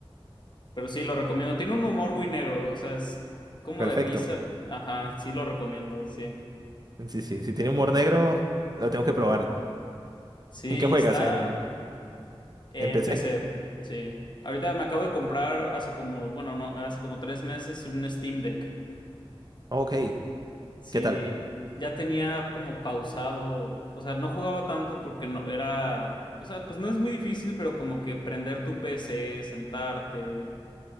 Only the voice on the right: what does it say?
Perfecto.
Sí, sí, si tiene humor negro, lo tengo que probar.
¿En qué juegas?
¿En,
en PC?
Ok,
¿qué tal?